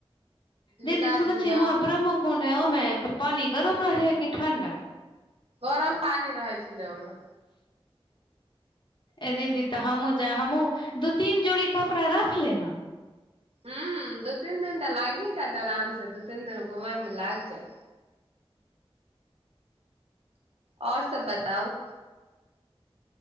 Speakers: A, on the right (about 80°); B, on the left (about 50°).
A: झूला
B: दीदी सुन
A: झूलम
B: छिहँ अपरामे कोड है ओ मै पानी गरम रहै किी ठण्डा
A: गरम पानी रहै छलै ओहिमे
B: ए दीदी तऽ हमहूँ जाय हमहूँ दू तीन जोड़ी कपड़ा रखले हम
A: ह दू तीन दिन तऽ लागि जायइत आराम से दू तीन दिन घूमयमे लागि जायइत आओर सब बताउ